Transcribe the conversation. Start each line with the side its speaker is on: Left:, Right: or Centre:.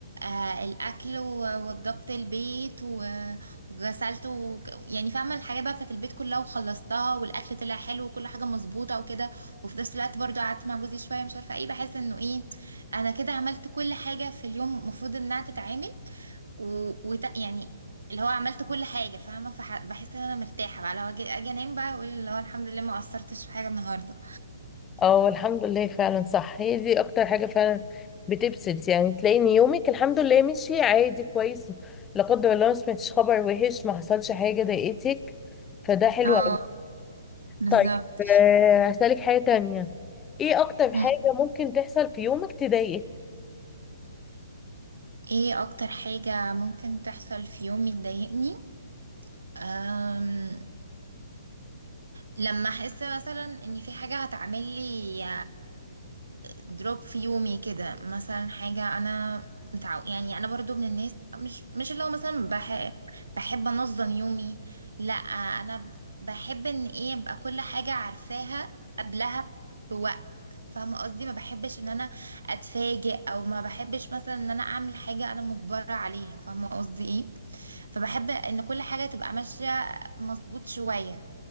Right: آه، الاكل و- ووضبت البيت و- وغسلت وك- يعني فاهمه الحاجات بقى بتاعت البيت كلها وخلصتها والاكل طلع حلو وكل حاجه مظبوطه وكده وفي نفس الوقت برضو قعدت مع جوزي شويه مش عارفه ايه بحس انه ايه انا كده عملت كل حاجه في اليوم المفروض انها تتعمل و... وت... يعني اللي هو عملت كل حاجة فاهمة فح... بحس ان انا مرتاحة بقى لو اجي اجي انام بقى اقول اللي هو الحمد لله ما قصرتش في حاجة النهاردة
Left: اه الحمد لله فعلا صح هي دي اكتر حاجه فعلا بتبسط يعني تلاقي ان يومك الحمد لله مشي عادي كويس لا قدر الله ما سمعتش خبر وحش ما حصلش حاجه ضايقتك فده حلو
Right: اه بالظبط
Left: طيب آه، هسألك حاجة تانية ايه اكتر حاجة
Right: مم.
Left: ممكن تحصل في يومك تضايقك
Right: ايه اكتر حاجة ممكن تحصل في يومي تضايقني أم... لما احس مثلا ان في حاجه هتعمل لي دروب في يومي كده مثلا حاجه انا متعو يعني انا برضو من الناس مش مش اللي هو مثلا بح... بحب انظم يومي لا انا بحب ان ايه ابقى كل حاجه عارفاها قبلها بوقت فاهمه قصدي ما بحبش ان انا اتفاجئ او ما بحبش مثلا ان انا اعمل حاجه انا مجبره عليها فاهمه قصدي ايه فبحب ان كل حاجه تبقى ماشيه مظبوط شويه